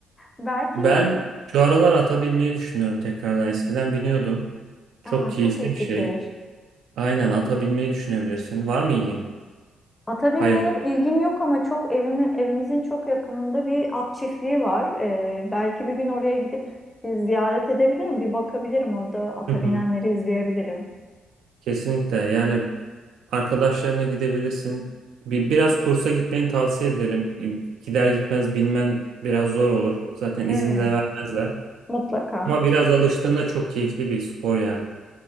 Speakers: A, on the left; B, on the right.
A: Belki
B: Ben şu aralar ata binmeyi düşünüyorum tekrardan. Eskiden biniyordum. Çok
A: aa,
B: keyifli
A: çok iyi
B: bir şey.
A: fikir.
B: Aynen ata binmeyi düşünebilirsin. Var mı ilgin?
A: Ata binmeye
B: Hayvan.
A: ilgim yok ama çok evimin, evimizin çok yakınında bir at çiftliği var. Ee, belki bir gün oraya gidip bir ziyaret edebilirim, bir bakabilirim orada ata
B: Hı
A: binenleri
B: hı.
A: izleyebilirim.
B: Kesinlikle. Yani arkadaşlarına gidebilirsin. Bir, biraz kursa gitmeni tavsiye ederim. Gider gitmez binmen biraz zor olur. Zaten
A: Evet.
B: izin de vermezler.
A: Mutlaka.
B: Ama biraz alıştığında çok keyifli bir spor yani.